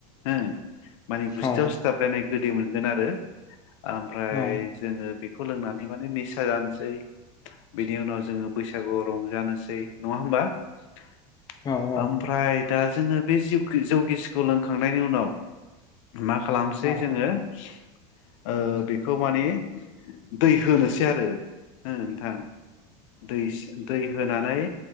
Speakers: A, on the left; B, on the left.
A: हो माने गुस्थियाव
B: औ
A: स्थाबलायनाय गोदै मोन आरो आमफ्राय
B: औ उम
A: जोङो बेखौ लोंनानै माने निसा जानोसै बिनि उनाव जोङो बैसागुआव रंजानोसै नङा होमबा? <inaudible>
B: औ उम
A: आमफ्राय दा जोङो बे जिउ जौगिसिखौ लोंखांनायनि उनाव मा खालामसै
B: औ
A: जोङो ओ बेखौ माने दै होनोसै आरो ओ नोंथां दै दै होना फ्राय